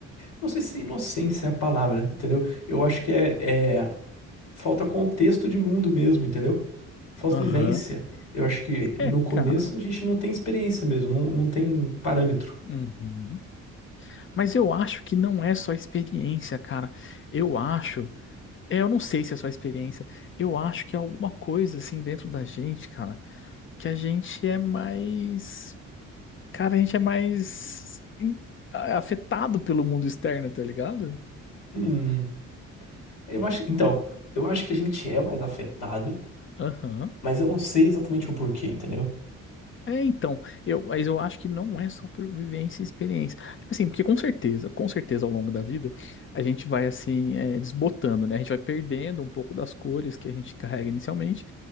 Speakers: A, on the left; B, on the left.
A: Não sei se inocência é a palavra, entendeu? Eu acho que é, é falta contexto de mundo mesmo, entendeu? Falta
B: Aham.
A: vivência. Eu acho que no
B: É,
A: começo
B: cara.
A: a gente não tem experiência mesmo, não, não tem parâmetro.
B: Uhum. Mas eu acho que não é só experiência, cara. Eu acho. É, eu não sei se é só experiência. Eu acho que é alguma coisa assim dentro da gente, cara, que a gente é mais, cara, a gente é mais em- a- afetado pelo mundo externo, tá ligado?
A: Hum, eu acho, então, eu acho que a gente é mais afetado.
B: Aham.
A: Mas eu não sei exatamente o porquê, entendeu?
B: É, então, eu, mas eu acho que não é só por vivência e experiência. Tipo assim, porque com certeza, com certeza ao longo da vida, a gente vai assim, é, desbotando, né? A gente vai perdendo um pouco das cores que a gente carrega inicialmente.